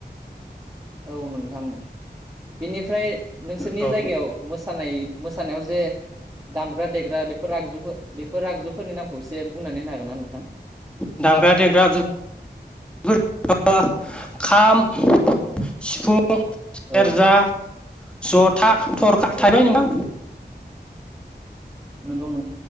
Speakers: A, on the right (about 20°); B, in the centre.
A: औ नोंथां । बेनिफ्राय नोंसोरनि
B: औ
A: जायगायाव मोसानाय मोसानायाव जे दामग्रा देग्रा बेफोर आगजुफो बेफोर आगजुफोरनि नामखौ एसे बुंनानै होनो हागोन ना नोंथां?
B: दामग्रा देग्रा आगजुफोर <unintelligible> खाम, सिफु <unintelligible> सेरजा
A: औ
B: ज'था थरखा थायबाय
A: औ
B: नोंथां।
A: नोंगौ नों